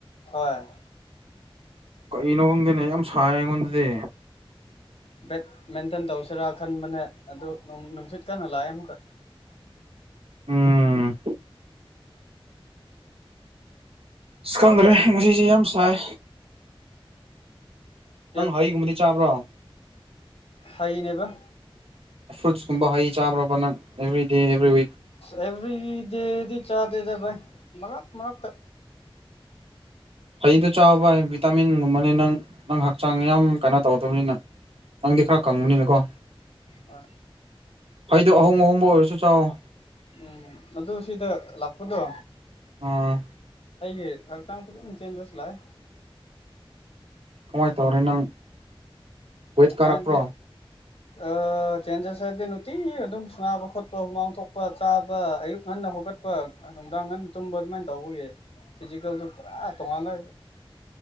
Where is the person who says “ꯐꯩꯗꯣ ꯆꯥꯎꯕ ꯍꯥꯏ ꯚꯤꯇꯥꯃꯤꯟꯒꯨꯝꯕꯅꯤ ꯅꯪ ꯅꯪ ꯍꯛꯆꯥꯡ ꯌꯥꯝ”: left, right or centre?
Right